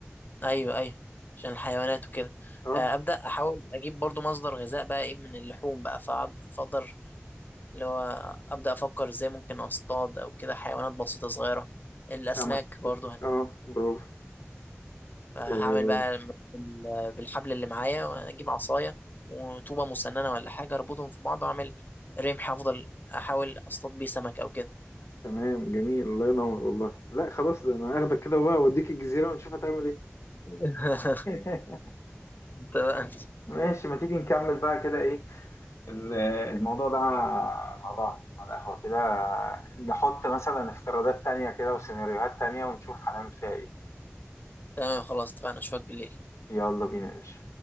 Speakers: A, on the left; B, on the left.
A: ايوه ايوه عشان الحيوانات وكده
B: اه
A: آه، ابدا احاول اجيب برضو مصدر غذاء بقى ايه من اللحوم بقى فأقعد- فاقدر اللي هو أبدأ أفكر إزاي ممكن أصطاد أو كده حيوانات بسيطة صغيرة الأسماك
B: سمك
A: برضو هت...
B: اه برافو
A: هعمل
B: إيه.
A: بقى بال- بالحبل اللي معايا وأجيب عصاية وطوبة مسننة ولا حاجة أربطهم في بعض وأعمل رمح أفضل أحاول أصطاد بيه سمك أو كده
B: تمام جميل الله ينور والله لا خلاص ده انا هاخدك كده بقى واوديك الجزيره ونشوف هتعمل ايه
A: <laughs>
B: <laughs>
A: تمام
B: ماشي ما تيجي نكمل بقى كده ايه ال- الموضوع ده مع بعض على القهوة كده نحط مثلا افتراضات تانية كده وسيناريوهات تانية ونشوف هنعمل فيها ايه
A: تمام، خلاص اتفقنا أشوفك بالليل
B: يلا بينا يا باشا